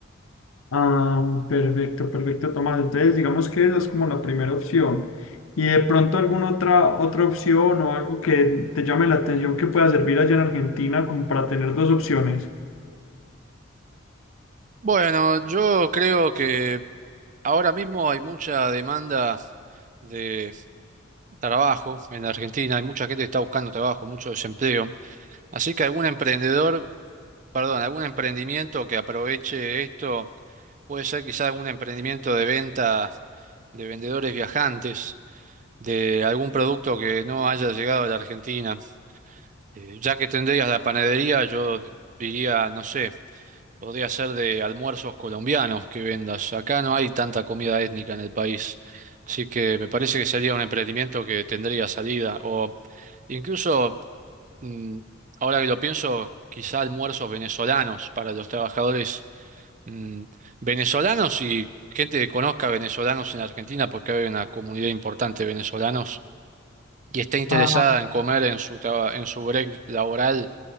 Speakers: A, on the left; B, on the right.
A: Ah, perfecto, perfecto, Tomás. Entonces, digamos que esa es como la primera opción. ¿Y de pronto alguna otra, otra opción o algo que te llame la atención que pueda servir allá en Argentina como para tener dos opciones?
B: Bueno, yo creo que ahora mismo hay mucha demanda de trabajo en la Argentina, hay mucha gente que está buscando trabajo, mucho desempleo, así que algún emprendedor, perdón, algún emprendimiento que aproveche esto Puede ser quizá algún emprendimiento de venta de vendedores viajantes, de algún producto que no haya llegado a la Argentina. Eh, ya que tendrías la panadería, yo diría, no sé, podría ser de almuerzos colombianos que vendas. Acá no hay tanta comida étnica en el país, así que me parece que sería un emprendimiento que tendría salida. O incluso, mm, ahora que lo pienso, quizá almuerzos venezolanos para los trabajadores mm, venezolanos y gente que conozca venezolanos en Argentina, porque hay una comunidad importante de venezolanos y está interesada
A: Ah,
B: en comer en su traba- en su break laboral,